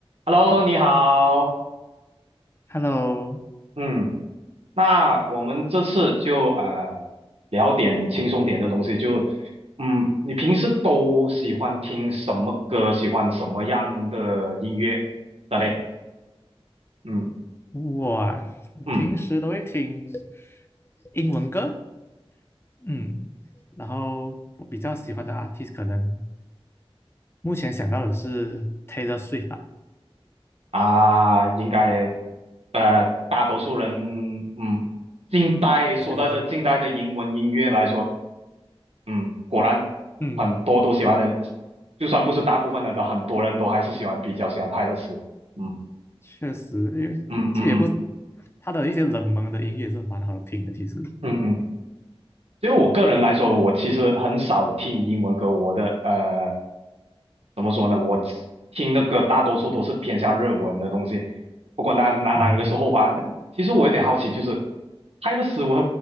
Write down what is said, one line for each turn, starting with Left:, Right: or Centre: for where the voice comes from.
Right: Hello，你好，
Left: Hello，
Right: 嗯，那我们这次就呃聊点轻松点的东西，就嗯，你平时都喜欢听什么歌，喜欢什么样的音乐的嘞？嗯
Left: 我啊我平时都会听
Right: 嗯
Left: 英文歌，嗯，然后我比较喜欢的 artist 可能目前想到的是 Taylor Swift 吧，
Right: 啊，应该呃大多数人嗯，近代说到的近代的英文音乐来说，
Left: 确实，
Right: 嗯，果然很多都喜欢的，
Left: 嗯，
Right: 就算不是大部分的，很多人都还是喜欢比较喜欢泰勒斯，嗯。
Left: 确实，因为这也不，
Right: 嗯嗯嗯
Left: 他的一些冷门的音乐是蛮好听的，其实，
Right: 嗯嗯，就我个人来说，我其实很少听英文歌，我的呃，怎么说呢？我听的歌大多数都是偏向日文的东西，不管哪哪哪个是后话。
Left: 嗯，
Right: 那其实我有点好奇，就是泰勒斯威